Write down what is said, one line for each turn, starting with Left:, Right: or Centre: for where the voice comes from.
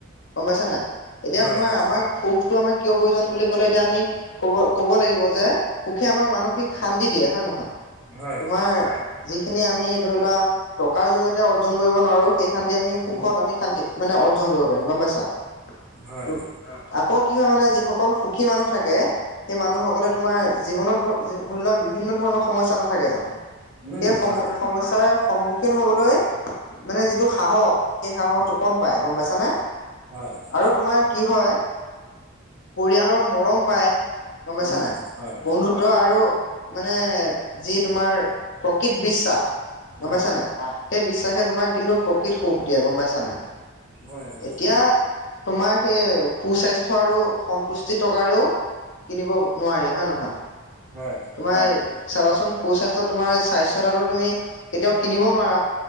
Left: গম পাইছা নাই। এতিয়া
Right: হয়
Left: তোমাৰ
Right: হয়
Left: আমাক সুখটো আমাৰ কিয় প্ৰয়োজন বুলি ক'লে এতিয়া আমি ক'ব ক'ব লাগিব যে, সুখে আমাক মানসিক শান্তি দিয়ে হয় নে নহয়।
Right: হয়
Left: তোমাৰ
Right: হয়
Left: যিখিনি আমি ধৰি লোৱা টকাৰ জৰিয়তে অৰ্জন কৰিব নোৱাৰো, সেই শান্তি আমি সুখত
Right: উম
Left: আমি শান্তি মানে অৰ্জন কৰিব পাৰিম গম পাইছা।
Right: হয়
Left: ত আকৌ কি হয় মানে যিসকল সুখী মানুহ থাকে। সেই মানুহসকলে তোমাৰ জীৱনত ধৰি লোৱা বিভিন্ন ধৰণৰ সমস্যা নাথাকে জানো।
Right: উম
Left: সেই সম
Right: হয়
Left: সমস্যাৰ সন্মুখীন খীন হ'বলৈ মানে যিটো সাহস সেই সাহসটো কম পায়, গম পাইছানে।
Right: হয়।
Left: আৰু তোমাৰ কি হয় পৰিয়ালৰ মৰম পায়, গম পাইছা
Right: উম
Left: নাই
Right: হয়
Left: বন্ধুত্ব আৰু মানে যি তোমাৰ প্ৰকৃত বিশ্বাস গম
Right: অ
Left: পাইছা নাই সেই বিশ্বাসে তোমাক কিন্তু প্ৰকৃত সুখ দিয়ে গম পাইছা নাই।
Right: হয় হয়
Left: এতিয়া তোমাৰ সেই সুস্বাস্থ্য আৰু সন্তুষ্টি টকাৰেও কিনিব নোৱাৰি হয় নহয়।
Right: হয়।
Left: তোমাৰ চাবাচোন সুস্বাস্থ্য তোমাৰ স্বাস্থ্যতাটো তুমি কেতিয়াও কিনিব নোৱাৰা।